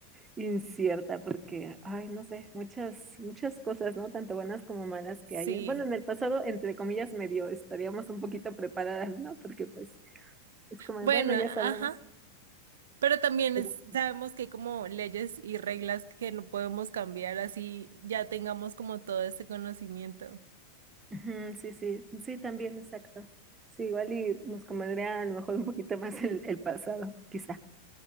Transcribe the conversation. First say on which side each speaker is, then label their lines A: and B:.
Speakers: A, on the right; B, on the right.
A: incierta porque, ay, no sé, muchas, muchas cosas, ¿no? Tanto buenas como malas
B: Sí,
A: que hay. Bueno, en el pasado, entre comillas, medio estaríamos un poquito preparadas, ¿no? Porque pues es como, de,
B: bueno,
A: bueno, ya sabemos.
B: ajá, pero también
A: Pero
B: es-
A: sí.
B: sabemos que hay como leyes y reglas que no podemos cambiar así ya tengamos como todo este conocimiento.
A: Ujú, sí, sí, sí, también, exacto. Sí, igual y nos convendría a lo mejor un poquito más el, el pasado, quizá.